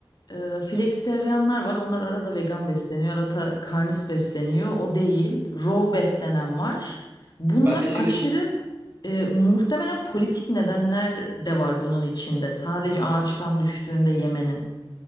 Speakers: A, on the left; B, on the right.
A: Ee, flexitarianlar var. Onlar arada vegan besleniyor, arada karnis besleniyor. O değil. Raw beslenen var. Bunlar
B: Ben de şimdi
A: aşırı e, muhtemelen politik nedenler de var bunun içinde. Sadece ağaçtan düştüğünde yemenin